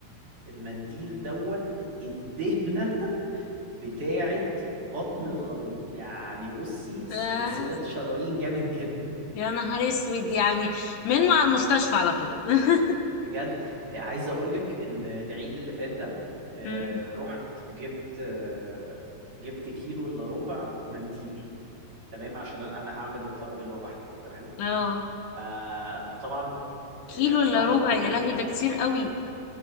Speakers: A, on the right (about 45°); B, on the left (about 75°).
A: المنديل دوت الدهنه <laughs> بتاعه بطن الخروف يعني بصي س-
B: آه،
A: انسداد شرايين جامد جدا
B: يا نهار اسود يعني منه على المستشفى على طول <laughs>
A: بجد آه، عايز اقول لك ان العيد اللي فات ده آه
B: مم.
A: رحت جبت آه جبت كيلو الا ربع منديل تمام عشان انا هعمل الطرب لوحدي تمام
B: اه
A: فطبعا
B: كيلو
A: آه، قطعت
B: الا ربع
A: الكلاكيع
B: يا لهوي ده كتير قوي